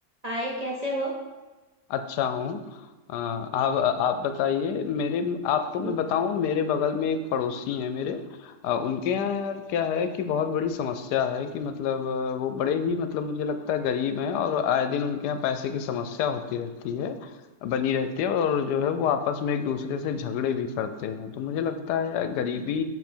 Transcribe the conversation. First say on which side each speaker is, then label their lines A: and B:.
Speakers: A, on the right (about 40°); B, on the left (about 80°).
A: हाय कैसे हो
B: अच्छा हूँ। अ, आप आप बताइए मेरे आपको मैं
A: हम्म,
B: बताऊँ मेरे बगल में एक पड़ोसी हैं मेरे अ, उनके यहाँ यार क्या है कि बहुत बड़ी समस्या है कि मतलब अ, वो बड़े ही मतलब मुझे लगता है गरीब हैं और आए दिन उनके यहाँ पैसे की समस्या होती रहती है बनी रहती है और जो है वो आपस में एक दूसरे से झगड़े भी करते हैं तो मुझे लगता है यार गरीबी